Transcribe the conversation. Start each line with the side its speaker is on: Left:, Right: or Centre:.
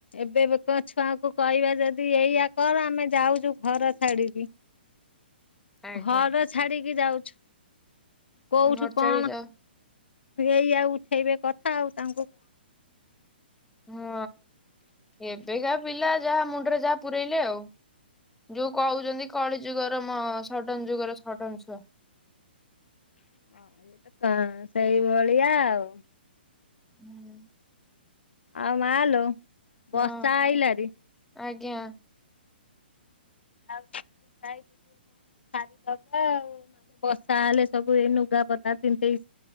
Left: ଏବେ ବେକ ଛୁଆକୁ କହିବା ଯଦି ଏଇଆ କର ଆମେ ଯାଉଛୁ ଘର ଛାଡିକି।
Centre: ଆଜ୍ଞା।
Left: ଘର ଛାଡିକି ଯାଉଛୁ କୋଉଠୁ
Centre: ଘର
Left: କଣ।
Centre: ଛାଡି ଯା
Left: ଏଇଆ ଉଠେଇବେ କଥା ଆଉ ତାଙ୍କୁ
Centre: ହଁ ଏବେକା ପିଲା ଯାହା ମୁଣ୍ଡରେ ଯାହା ପୁରଇଲେ ଆଉ। ଯୋଉ କହୁଛନ୍ତି କଳି ଯୁଗର ସଡନ ଯୁଗର ସଡନ ଛୁଆ।
Left: ହଁ ଏ ତ କ ସେଇଭଳିଆ ଆଉ।
Centre: ହୁଁ।
Left: ଆଉ ମାଲୋ
Centre: ହଁ
Left: ବର୍ଷା ଆଇଲାଣି।
Centre: ଆଜ୍ଞା।
Left: ଆଉ ଖାଇ। <inaudible> ସାରି ଦବ ଆଉ ନହେଲେ ବର୍ଷା ହେଲେ ସବୁ ଏ ଲୁଗାପଟା ତିନ୍ତି